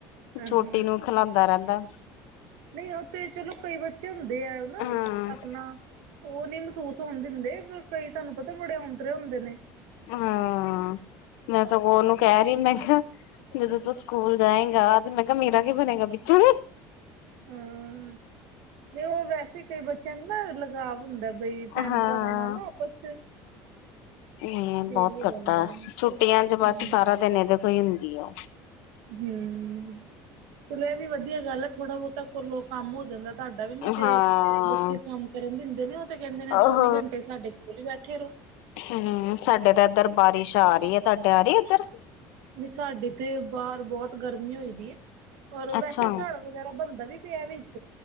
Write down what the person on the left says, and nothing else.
ਛੋਟੀ
ਨੂੰ ਖਿਲਾਂਦਾ ਰਹਿੰਦਾ।
ਹਾਂ
ਹਾਂ ਮੈਂ ਸਗੋਂ ਉਹਨੂੰ ਕਹਿ ਰਹੀ ਮੈਂ ਕਿਹਾ ਜਦੋਂ ਤੂੰ ਸਕੂਲ ਜਾਏਗਾ ਤੇ ਮੈਂ ਕਿਹਾ ਮੇਰਾ ਕੀ ਬਣੇਗਾ ਪਿੱਛੋਂ।
ਹਾਂ
ਹੂੰ
ਬੋਤ
ਕਰਤਾ
ਛੁੱਟੀਆਂ 'ਚ ਬਸ
ਸਾਰਾ ਦਿਨ ਇਦੇ ਕੋਲ ਹੀ ਹੁੰਦੀ ਆ।
ਹਾਂ
ਉਹ
ਹੂੰ ਸਾਡੇ ਤਾਂ ਇੱਧਰ ਬਾਰਿਸ਼ ਆ ਰਈ ਏ ਤੁਹਾਡੇ ਆ ਰਈ ਇੱਧਰ
ਅੱਛਾ